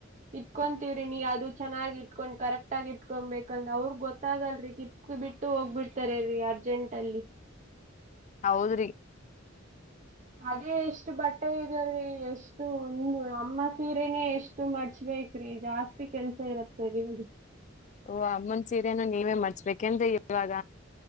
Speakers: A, on the right; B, on the left.
A: ಇಟ್ಕೊಂತೀವ್ರಿ ನೀ ಅದು ಚೆನ್ನಾಗಿ್ ಇಟ್ಕೊಂಡ್ ಕರೆಕ್ಟ್ ಆಗ ಇಟ್ಕೊಬೇಕಂದ್ರ ಅವ್ರಗ್ ಗೊತ್ತಾಗಲ್ರಿ ಕಿ. ತ್ ಎಸ್ತ್ ಬಿಟ್ಟು ಹೋಗ್ಬಿಡ್ತಾರೆ ರೀ ಅರ್ಜೆಂಟ್ ಅಲ್ಲಿ.
B: ಹೌದ್ರಿ.
A: ಅದೇ ಎಷ್ಟು ಬಟ್ಟೆ ಇದೆ ರಿ ಎಷ್ಟು ಒಂದು ಅಮ್ಮ ಸೀರೆನೇ ಎಷ್ಟು ಮಾಡ್ಚಬೇಕು. ತರೀ ಜಾಸ್ತಿ ಕೆಲ್ಸ ಇರತ್ತೆ ನಿಮ್ದು.
B: ಓ ಅಮ್ಮನ್ ಸೀರನು ನೀವೇ ಮಡ್ಚಬೇಕೆನ್ರಿ ಇವಾಗ.